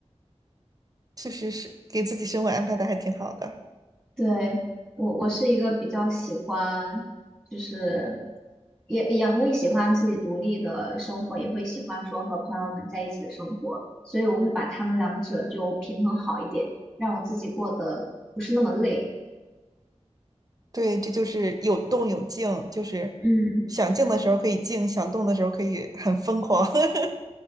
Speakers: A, on the right; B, in the centre.
A: 确实是给自己生活安排的还挺好的。
B: 对，我我是一个比较喜欢，就是也也会喜欢自己独立的生活，也会喜欢说和朋友们在一起的生活，所以我会把他们两者就平衡好一点，让我自己过得不是那么累。
A: 对，这就是有动有静，就是
B: 嗯，
A: 想静的时候可以静，想动的时候可以很疯狂。<laughs>